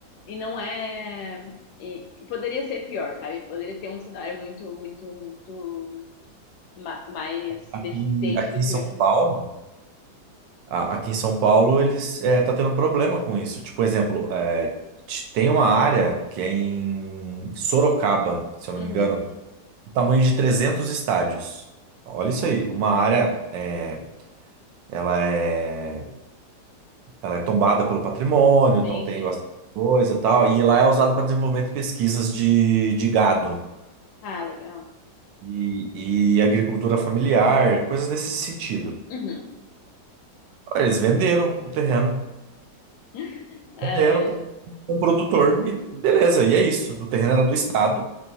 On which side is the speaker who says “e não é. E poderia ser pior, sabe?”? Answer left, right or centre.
Left